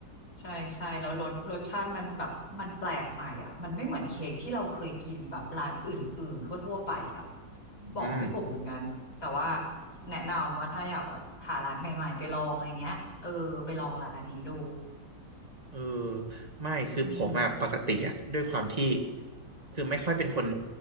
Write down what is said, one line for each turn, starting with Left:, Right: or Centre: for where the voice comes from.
Left: ใช่ใช่แล้วรสรสชาติมันแบบมันแปลกใหม่อ่ะมันไม่เหมือนเค้กที่เราเคยกินแบบร้านอื่นๆทั่วๆไปอ่ะบอกไม่ถูกเหมือนกันแต่ว่า
Right: อืม
Left: แนะนำว่าถ้าอยากแบบหาร้านใหม่ๆไปลองอะไรเงี้ยเออไปลองร้านนี้ดู
Right: เออไม่คือผมอะปกติอะด้วยความที่
Left: อืม
Right: คือไม่ค่อยเป็นคน